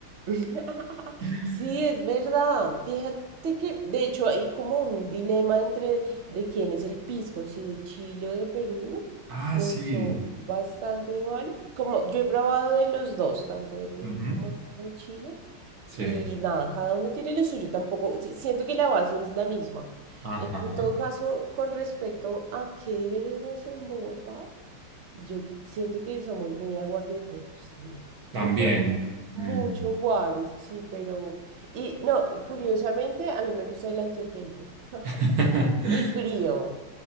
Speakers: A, on the right; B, on the right.
A: <laughs>
B: <laughs>
A: Sí, es verdad. Fíjate que, de hecho, hay como un dilema entre de quién es el pisco, si de Chile o de Perú.
B: Ah,
A: Me
B: sí.
A: gustó bastante igual. Como yo he probado de los dos, tanto de Perú
B: Ujú.
A: como de Chile.
B: Sí.
A: Y nada, cada uno tiene lo suyo. Tampoco, si- siento que la base es la misma.
B: Ajá.
A: En en todo caso, con respecto a qué bebemos en Bogotá, yo siento que somos muy aguardienteros también.
B: También.
A: <laughs> Mucho
B: Mm.
A: guaro, sí, pero... Y no, y curiosamente a mí me gusta el antioqueño. <laughs>
B: <laughs>
A: Y frío.